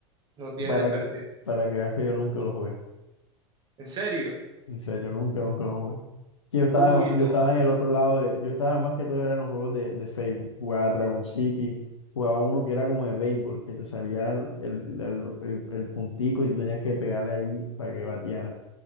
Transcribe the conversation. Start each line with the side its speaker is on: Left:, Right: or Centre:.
Right: no tiene
Left: Para
Right: pérdida.
Left: que, para que veas que yo nunca lo jugué.
Right: ¿En serio?
Left: En serio, nunca, nunca lo jugué. Que yo estaba,
Right: Uy,
Left: en-
Right: no,
Left: yo estaba en el otro lado de, yo estaba más que todo era en los juegos de, de Facebook. Jugaba Dragon City, jugaba uno que era como de béisbol, que te salía el, el, el- el- el puntico y tú tenías que pegarle ahí para que bateara.